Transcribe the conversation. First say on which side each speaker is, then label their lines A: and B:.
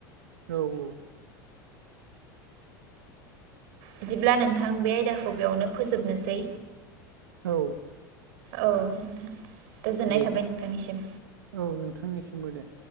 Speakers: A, on the right (about 80°); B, on the right (about 65°).
A: औ औ
B: बिदिब्ला नोंथां बे आयदाखौ बेयावनो फोजोबनोसै
A: औ
B: औ नोंथां गोजोननाय
A: दे
B: थाबाय नोंथांनिसिम
A: औ नोंथांनिसिमबो दे